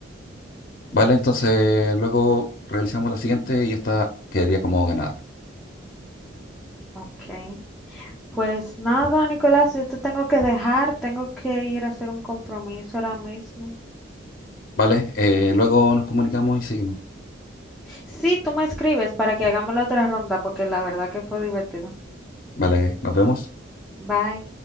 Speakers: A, on the left (about 45°); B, in the centre.
A: Vale, entonces luego realizamos la siguiente y esta quedaría como ganada.
B: Ok. Pues nada, Nicolás, yo te tengo que dejar, tengo que ir a hacer un compromiso ahora mismo.
A: Vale, eh, luego nos comunicamos y seguimos.
B: Sí, tú me escribes para que hagamos la otra ronda porque la verdad que fue divertido.
A: Vale, nos vemos.
B: Bye.